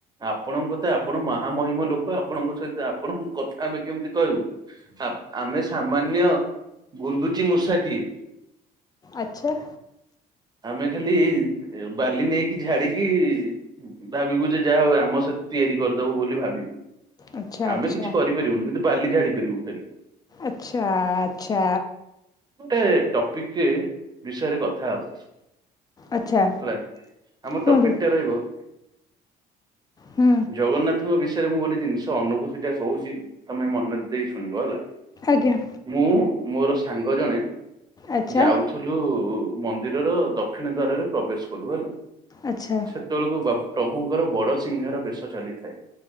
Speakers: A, on the right; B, on the left.
A: ଆପଣଙ୍କ ତ ଆପଣ ମହାମହିମ ଲୋକ ଆପଣଙ୍କ ସହିତ ଆପଣଙ୍କ କଥା ଆମେ କେମିତି କହିବୁ, ଆମେ ସାମାନ୍ୟ ଗୁଣ୍ଡୁଚିମୂଷାଟିଏ।
B: ଆଛା।
A: ଆମେ ଖାଲି ଏଇ ବାଲି ନେଇକି ଝାଡିକି ଭାବିବୁ ଯେ ଯାହା ହଉ ରାମସେତୁ ତିଆରି କରିଦବୁ ବୋଲି ଭାବିବୁ।
B: ଆଚ୍ଛା ଆଚ୍ଛା
A: ଆମେ କିଛି କରିପାରିବୁନି କିନ୍ତୁ ବାଲି ଝାଡି ପାରିବୁ ଖାଲି।
B: ଆଚ୍ଛା-ଆଚ୍ଛା।
A: ଗୋଟେ ଟପିକଟେ ବିଷୟରେ କଥା ହଉଛି।
B: ଆଚ୍ଛା
A: ହେଲା ଆମ
B: କୁହନ୍ତୁ
A: ଟପିକ୍ ଟା ରହିବ
B: ହୁଁ
A: ଜଗନ୍ନାଥଙ୍କ ବିଷ ୟରେ ମୁଁ ଗୋଟେ ଜିନିଷ ଅନୁଭୂତିଟା କହୁଚି, ତମେ ମନରେ ଦେଇ ଶୁଣିବ ହେଲା।
B: ଆଜ୍ଞା।
A: ମୁଁ ମୋର ସାଙ୍ଗ ଜଣେ
B: ଆଚ୍ଛା
A: ଯାଉ ଥିଲୁ ମନ୍ଦିରର ଦକ୍ଷିଣ ଦ୍ଵାରରେ ପ୍ରବେଶ କଲୁ ହେଲା।
B: ଆଚ୍ଛା।
A: ସେତେବେଳକୁ ପ୍ରଭୁଙ୍କର ବଡସିଂହାର ବେଶ ଚାଲିଥାଏ